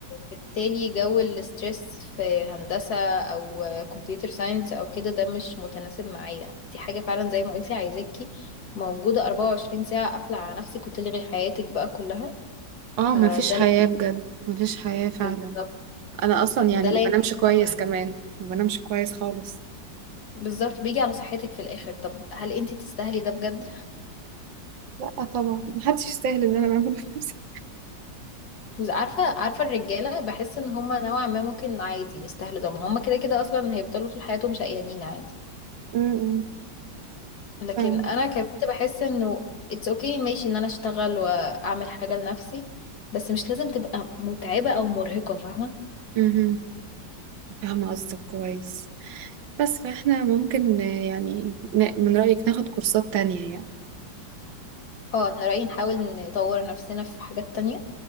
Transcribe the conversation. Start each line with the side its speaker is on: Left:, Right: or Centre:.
Left: بالتالي جو الستريس في هندسة أو كمبيوتر ساينس أو كده ده مش متناسب معايا دي حاجة فعلا زي ما قلتي عايزاكي موجودة 24 ساعة قافلة على نفسك وتلغي حياتك بقى كلها
Right: اه
Left: فده
Right: مفيش حياة
Left: لا
Right: بجد مفيش حياة فعلا
Left: بالظبط
Right: انا اصلا يعني
Left: ده
Right: ما
Left: لا
Right: بنامش
Left: يتناسب
Right: كويس
Left: معايا
Right: كمان ما بنامش كويس خالص
Left: بالظبط بيجي على صحتك في الآخر طب هل انتي تستاهلي ده بجد
Right: لا طبعا محدش يستاهل اللي انا بعمله في نفسي
Left: بس عارفة عارفة الرجالة بحس ان هما نوعا ما ممكن عادي يستاهلوا ده ما هما كده كده اصلا هيفضلوا طول حياتهم شقيانين عادي
Right: امم
Left: لكن
Right: فاهم
Left: انا كبنت بحس انه it's okay ماشي ان انا اشتغل واعمل حاجة لنفسي بس مش لازم تبقى متعبة او مرهقة فاهمة
Right: امم فاهمة قصدك كويس بس فاحنا ممكن آه، يعني ن- من رأيك ناخد كورسات تانية يعني
Left: اه انا رأيي نحاول نطور نفسنا في حاجات تانية